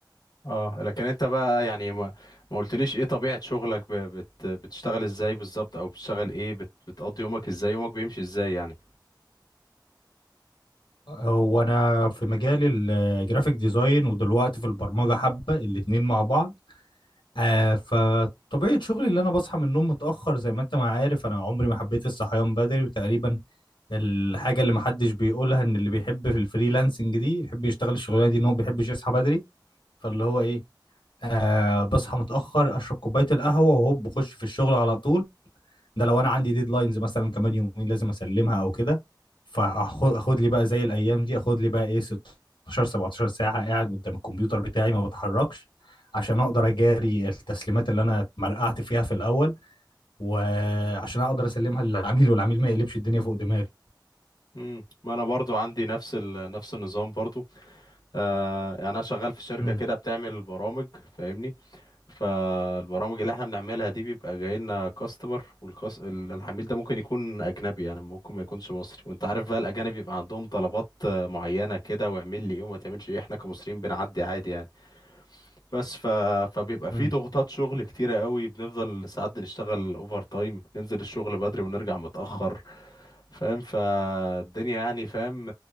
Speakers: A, on the left; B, on the left.
A: اه لكن انت بقى يعني ما, ما قلتليش ايه طبيعة شغلك ب... بت... بتشتغل ازاي بالظبط او بتشتغل ايه بت... بتقضي يومك ازاي يومك بيمشي ازاي يعني
B: هو انا في مجال الجرافيك ديزاين ودلوقتي في البرمجه حبه الاتنين مع بعض آه فطبيعة شغلي اللي أنا بصحى من النوم متأخر زي ما أنت ما عارف أنا عمري ما حبيت الصحيان بدري وتقريبا الحاجة اللي محدش بيقولها إن اللي بيحب في الفريلانسنج دي يحب يشتغل الشغلانة دي إن هو بيحبش يصحى بدري فاللي هو إيه آه بصحى متأخر أشرب كوباية القهوة وهوب بخش في الشغل على طول ده لو انا عندي ديدلاينز مثلا كمان يومين لازم اسلمها او كده فاخد اخد لي بقى زي الايام دي اخد لي بقى ايه 16 17 ساعه قاعد قدام الكمبيوتر بتاعي ما بتحركش عشان اقدر اجاري التسليمات اللي انا مرقعت فيها في الاول وعشان اقدر اسلمها للعميل والعميل ما يقلبش الدنيا فوق دماغي
A: امم ما انا برضو عندي نفس ال... نفس النظام برضو آه يعني انا شغال في شركة
B: مم.
A: كده بتعمل برامج فاهمني فالبرامج اللي احنا بنعملها دي بيبقى جاي لنا كاستمر والكاس ال- العميل ده ممكن يكون اجنبي يعني ممكن ما يكونش مصري وانت عارف بقى الاجانب بيبقى عندهم طلبات آه، معينه كده واعمل لي ايه وما تعملش ايه احنا كمصريين بنعدي عادي يعني بس ف... فبيبقى في
B: مم.
A: ضغوطات شغل كتيره قوي بنفضل ساعات بنشتغل اوفر تايم ننزل الشغل بدري ونرجع متاخر فاهم فالدنيا يعني فاهم